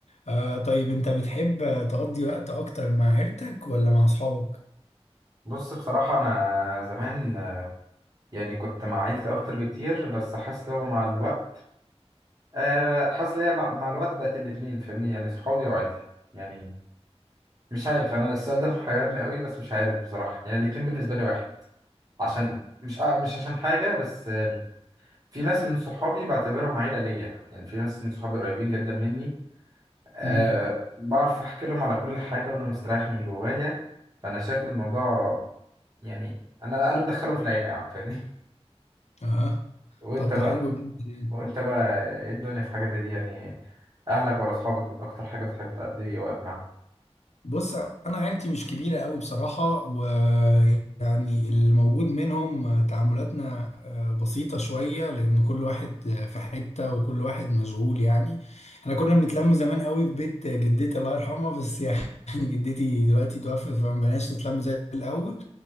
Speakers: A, on the left (about 85°); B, on the right (about 35°).
A: آه طيب انت بتحب تقضي وقت اكتر مع عيلتك ولا مع اصحابك
B: بص بصراحه انا زمان يعني كنت مع عيلتي اكتر بكتير بس حاسس اللي هو مع الوقت آه، حاسس ليا مع مع الوقت بقت الاتنين فاهمني يعني صحابي وعيلتي يعني مش عارف انا السؤال ده محيرني قوي بس مش عارف بصراحه يعني الاتنين بالنسبه لي واحد عشان مش آه مش عشان حاجه بس آه، في ناس من صحابي بعتبرهم عيله ليا يعني في ناس من صحابي قريبين جدا مني أه
A: امم
B: بعرف احكي لهم على كل حاجه وانا مستريح من جوايا فانا شايف الموضوع يعني انا انا مدخلهم في العيله يا عم فاهمني
A: اه
B: <laughs> وانت
A: طب
B: بقى
A: ده حلو جدا يعني.
B: وانت بقى ايه الدنيا في حاجه زي دي يعني اهلك ولا اصحابك اكتر حاجه بتحب تقضي وقت معاهم
A: بص انا عيلتي مش كبيره قوي بصراحه ويعني اللي موجود منهم تعاملاتنا آه، بسيطه شويه لان كل واحد في حته وكل واحد مشغول يعني احنا كنا بنتلم زمان قوي في بيت جدتي الله يرحمها بس يعني <laughs> جدتي دلوقتي توفت فما بقناش نتلم زي الاول